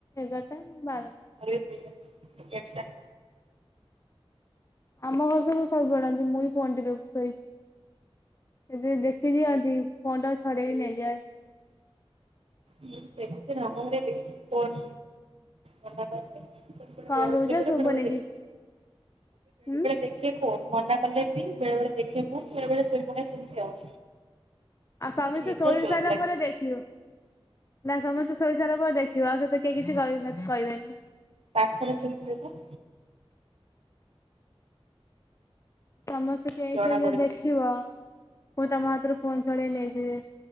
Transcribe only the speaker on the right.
ଆମରି ବି ସେଇୟା ଏଗାର୍ଟା।
ମୁଁ ବି ସେଖୁଛି ଆମ ଘରେ ବି ଫୋନ୍ ମନା କରନ୍ତି। <inaudible> ବେଳେ
ବେଳେ
ଶୋଇପଡେ
ଆଉ ବେଳେ ବେଳେ
ଦେଖେ ଆଉ। ଫୋନ୍ ମନା କଲେ ବି ବେଳେ ବେଳେ ଦେଖେ ଫୋନ୍, ବେଳେ ବେଳେ ଶୋଇପଡେ ସେମ୍ତି ଆଉ।
ମତେ ନିଦ
ଜୋର
ଲାଗେ
ପାଖରେ ଶୁନ୍ ଥୁବେତ?
ଜଣା
ପଡିବ।